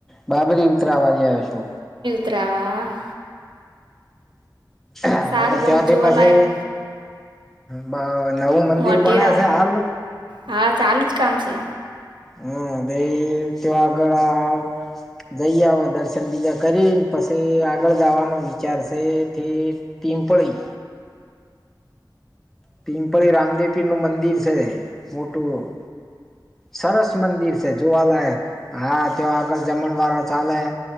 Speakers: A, in the centre; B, on the right.
A: બાબરી ઉતરાવા ગ્યા તો.
B: ત્રાવા
A: અહ
B: સારું
A: હા તો
B: બહુ
A: ત્યાંથી
B: જોવાલાયક
A: પછી બ નવું મંદિર
B: મોટેરા
A: બણે છે હાલ.
B: હા ચાલુ જ કામ છે.
A: હા તે ત્યાં ગળા જઈ આવો દર્શન બીજા કરીન પસી આગળ જાવાનો વિચાર સે થે પીમ્પળી. પિંપળી રામદેવીનું મંદિર સે મોટું. સરસ મંદિર સે જોવાલાયક. હા તે આગળ જમણવાડ ચાલે,